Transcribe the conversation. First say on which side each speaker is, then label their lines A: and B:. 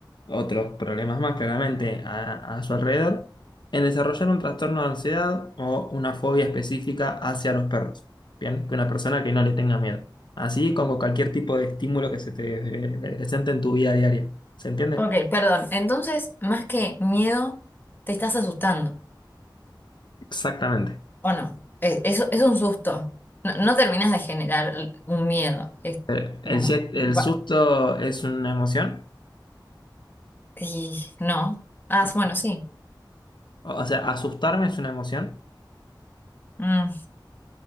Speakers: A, on the left; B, on the left.
A: otros problemas más claramente a, a su alrededor en desarrollar un trastorno de ansiedad o una fobia específica hacia los perros. Bien, que una persona que no le tenga miedo. Así como cualquier tipo de estímulo que se te eh, presente en tu vida diaria. ¿Se entiende?
B: Ok, perdón. Entonces, más que miedo, te estás asustando,
A: Exactamente.
B: ¿o no? Eh, eso es un susto. No, no terminas de generar un miedo. Es-
A: El,
B: bueno,
A: sie- el
B: va-
A: susto es una emoción.
B: y no. Ah,
A: Ok.
B: bueno, sí.
A: O o sea, asustarme es una emoción.
B: Mm,